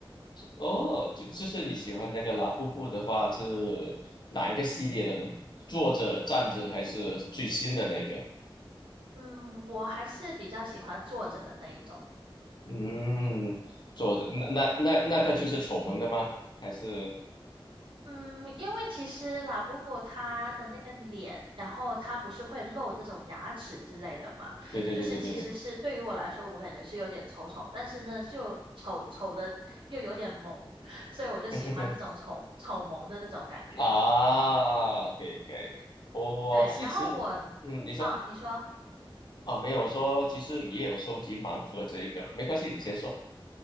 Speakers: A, on the left; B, on the right.
A: 哦，就就是你喜欢那个拉布布的话，是哪一个系列的呢？坐着、站着，
B: 嗯。
A: 还是最新的那个？
B: 嗯，我还是比较喜欢坐着的那一种。
A: 嗯，坐着，那那那那个就是丑萌的吗？还是？
B: 嗯，因为其实拉布布它的那个脸，然后它不是会露这种牙齿之类的嘛，
A: 对对对对对对。
B: 就是其实是对于我来说，我感觉是有点丑丑，但是呢，就丑丑的又有点萌，所以我就喜欢这种丑丑萌的这种感觉。
A: <laughs> 嗯啊，可以可以，我我其实，
B: 对，然后我
A: 嗯，你说。
B: 啊，你说，
A: 啊，没有，我说其实也有收集盲盒这一个，没关系，你先说。